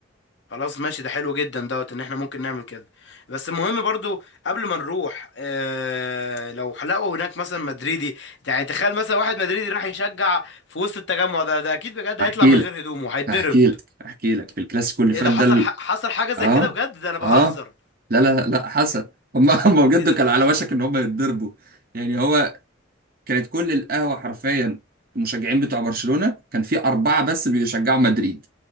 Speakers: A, on the left; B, on the right.
A: خلاص ماشي ده حلو جدا دوت ان احنا ممكن نعمل كده بس المهم برضو قبل ما نروح اه لو لقوا هناك مثلا مدريدي يعني تخيل مثلا واحد مدريدي راح يشجع في وسط التجمع ده ده اكيد بجد
B: احكي
A: هيطلع من
B: لك
A: غير هدومه هيتضرب
B: احكي لك احكي لك في الكلاسيكو اللي
A: ايه
B: فات
A: ده حصل
B: ده ال-
A: ح... حصل حاجة زي
B: اه
A: كده بجد ده انا بهزر
B: اه لا لا لا حصل <laughs> هم هم بجد
A: ايه ده,
B: كان
A: ده
B: على وشك ان هم يتضربوا يعني هو كانت كل القهوة حرفيا المشجعين بتوع برشلونة كان في أربعة بس بيشجعوا مدريد